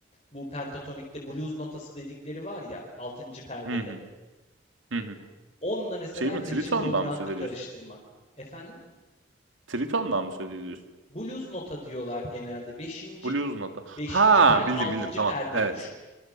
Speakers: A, on the left (about 30°); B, on the right (about 80°).
A: bu pentatonikte blues notası dedikleri var ya altıncı perdede.
B: Hı hı. Hı hı.
A: Onunla mesela
B: Şey mi,
A: Frisian
B: Triton'dan
A: Dominant'ı
B: mı söz ediyorsun?
A: karıştırmak. Efendim?
B: Triton'dan mı söz ediyorsun?
A: Blues nota diyorlar genelde. Beşinci,
B: Blues Nota.
A: beşinci
B: Ha,
A: tel,
B: bildim,
A: altıncı
B: bildim. Tamam.
A: perde
B: Evet.
A: düşün.